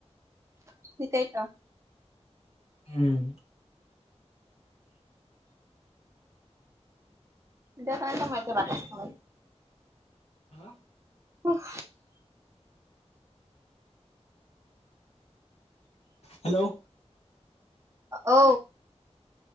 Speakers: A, on the right; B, on the left.
A: সেইতোৱেই তো।
B: উম।
A: দেখান তো মেট বাত খাই।
B: হাঁ!
A: উম।
B: হেল্ল'।
A: ঔ!